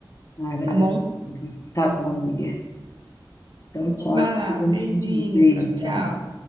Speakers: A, on the left; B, on the right.
A: Ah, agradeço.
B: tá bom?
A: muito. Tá bom, amiga. Então, tchau.
B: Vai lá,
A: Depois a
B: beijinho,
A: gente continua. Beijo,
B: tchau, tchau.
A: tchau.